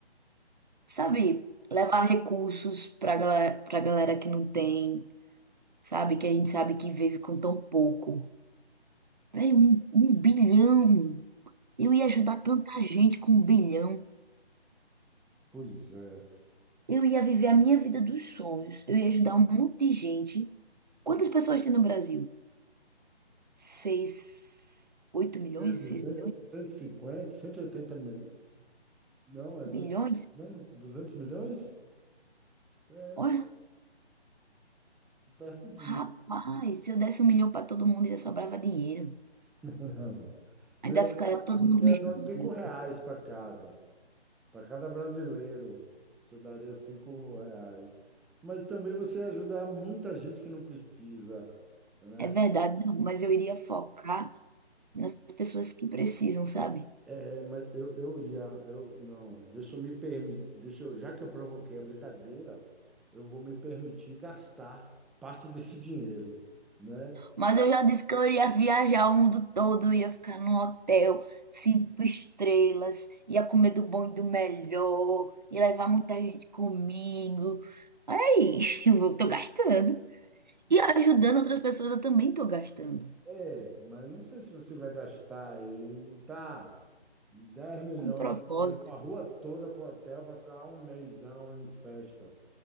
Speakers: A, on the right; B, in the centre.
A: sabe? Levar recursos pra galera, pra galera que não tem sabe? Que a gente sabe que vive com tão pouco. Velho, um, um bilhão! Eu ia ajudar tanta gente com um bilhão.
B: Pois é.
A: Eu ia viver a minha vida dos sonhos. Eu ia ajudar um monte de gente. Quantas pessoas tem no Brasil? Seis, oito milhões?
B: É 200,
A: Seis milhões?
B: 150, 180 milhões. Não, é
A: Milhões?
B: 200, né? 200 milhões? É,
A: Olha,
B: perto de.
A: rapaz, se eu desse um milhão para todo mundo, ainda sobrava dinheiro.
B: <laughs> Você,
A: Ainda ficaria todo
B: você
A: mundo me
B: ia dar
A: julgando.
B: 5 reais para cada, para cada brasileiro. Você daria 5 reais. Mas também você ia ajudar muita gente que não precisa, né?
A: É verdade, não, mas eu iria focar nas pessoas que precisam, sabe?
B: É, mas eu, eu já, eu não, deixa eu me permitir, deixa eu, já que eu provoquei a brincadeira, eu vou me permitir gastar parte desse dinheiro, né?
A: Mas eu já disse que eu iria viajar o mundo todo, ia ficar num hotel cinco estrelas, ia comer do bom e do melhor, ia levar muita gente comigo. Olha Aí, <laughs> eu vou- tô gastando. E ajudando outras pessoas, eu também tô gastando.
B: É, mas não sei se você vai gastar aí, tá, 10 milhões,
A: Com propósito.
B: você levou a rua toda pro hotel para ficar lá um mêsão em festa.